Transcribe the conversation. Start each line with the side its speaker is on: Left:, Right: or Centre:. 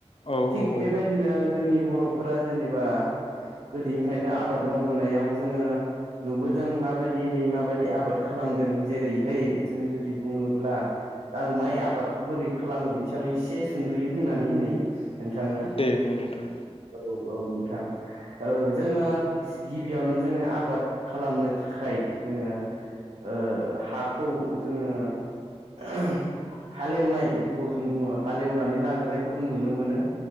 Left: औ
Right: थिग
Left: औ औ
Right: बेबायदिनो जोंनि बर'फोरा जेनेबा गोदैनिफ्रायनो आबाद मावबोनायाव जोङो नुबोदों माबायदिहै माबायदि आबाद खालामदों जेरैहै जों जुदि बुङोब्ला आं माइ आबादखौ बोरै खालामो बिनि सायाव एसे सुंद'यो बुंनानै होनि नोंथांनो
Left: दे बुं नोंथां
Right: औ औ नोंथां। ओ जोङो गिबियावनो जोङो आबाद खालामनो थाखाय जोङो ओ हाखौ जोङो <unintelligible> हालेवनाय जेखौ जों बुङो हालेवनानै लाग्रोनायखौ जों नुनो मोनो।